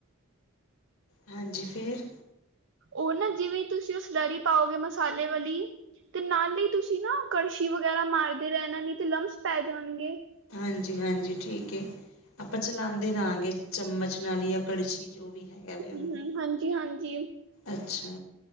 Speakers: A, on the left (about 70°); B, on the right (about 55°).
A: ਹਾਂਜੀ, ਫਿਰ
B: ਉਹ ਨਾ ਜਿਵੇਂ ਤੁਸੀਂ, ਉਹ ਸਲਰੀ ਪਾਓਗੇ ਮਸਾਲੇ ਵਾਲੀ ਤੇ ਨਾਲ ਦੀ ਤੁਸੀਂ ਨਾ ਕੜਸ਼ੀ ਵਗੈਰਾ ਮਾਰਦੇ ਰਹਿਣਾ, ਨੀ ਤੇ ਲੰਮਸ ਪੈ ਜਾਣਗੇ।
A: ਹਾਂਜੀ-ਹਾਂਜੀ, ਠੀਕ ਏ। ਆਪਾਂ ਚਲਾਂਦੇ ਰਹਾਂਗੇ ਚੱਮਚ ਨਾਲ, ਜਾਂ ਕੜਛੀ ਜੋ ਵੀ ਹੈ। ਐਵੀ
B: ਹੂੰ
A: ਉਹਨੂੰ,
B: ਹਾਂਜੀ ਹਾਂਜੀ ਹੂੰ
A: ਅੱਛਾ